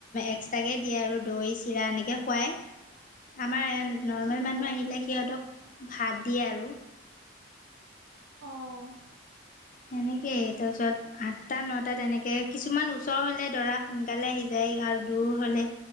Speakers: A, on the left (about 40°); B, on the right (about 70°).
A: এক্সট্ৰকে আৰু দৈ চিৰা এনেকে খুৱাই।
B: <inaudible>
A: আমাৰ
B: গোল্লা
A: নৰ্মেল
B: চোল্লা
A: মানুহ আহিলে সিহঁতক ভাত দিয়ে আৰু।
B: অ'।
A: সেনেকেই, তাৰ পিছত আঠটা নটাত তেনেকে কিছুমান ওচৰ হলে দৰা সোনকালে আহি যায়। আৰু দূৰ হলে